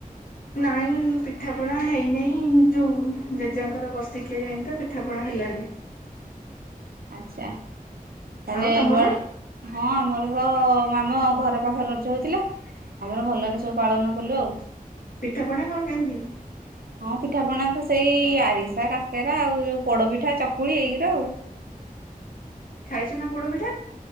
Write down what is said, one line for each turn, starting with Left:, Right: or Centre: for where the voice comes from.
Left: ନାଇଁ ପିଠାପଣା ହେଇନେଇ। ଯୋଉ ଜେଜେଙ୍କର ବର୍ଷିକିଆ ଯାଇନି ତ ପିଠାପଣା ହେଲାନି।
Right: ଆଚ୍ଛା। ତାହେଲେ
Left: ଆଉ ତମର
Right: ନୂଆ ହଁ ଆମର ତ ଆମ ଘର ପାଖରେ ରଜ ହଉଥିଲା। ଆମର ଭଲରେ ସବୁ ପାଳନ କଲୁ ଆଉ।
Left: ପିଠାପଣା କଣ କେମନ୍ତି?
Right: ହଁ ପିଠାପଣା ତ ସେଇ ଆରିସା, କାକେରା, ଆଉ ଯୋଉ ପୋଡପିଠା, ଚକୁଳି ଏଇଗୁରା ଆଉ।
Left: ଖାଇଚୁ ନା ପୋଡପିଠା?